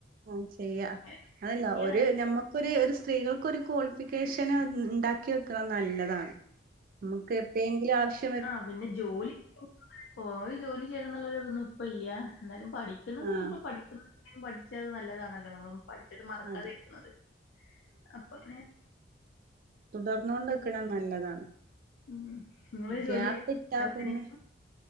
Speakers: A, on the right; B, on the left.
A: ആഹ് ചെയ്യാ
B: അങ്ങനെ
A: അതല്ല
B: തുടങ്ങിയതാണ്
A: ഒരു ഞമ്മ ക്കൊര് ഒര് സ്ത്രീകൾക്കൊര് ക്വാളിഫിക്കേഷൻ ഇണ്ടാക്കി വെക്ക്ണത് നല്ലതാണ്. നമുക്ക് എപ്പെഴേങ്കിലു ആവശ്യ
B: ആ പിന്നെ ജോലി പോയി ജോലി ചെയ്യണംന്നുള്ളരുതൊന്നും ഇപ്പല്യ എന്തായാലും പഠി <unintelligible>
A: ആഹ്
B: പഠിക്കുന്നും പഠിച്ചത് നല്ലതാണല്ലോ നമ്മളെ പഠിച്ചത് മറക്കാതിരിക്കുന്നത്
A: അതെ
B: അപ്പങ്ങനെ.
A: തുടർന്നോണ്ട്ക്ക്ണത് നല്ലതാണ്.
B: ഉം നിങ്ങള് ജോലി
A: ഗ്യാപ്പിട്ടാ
B: ചെയ്യുന്നു വേറെ എന്തിനെങ്കിലും
A: പിന്നെ.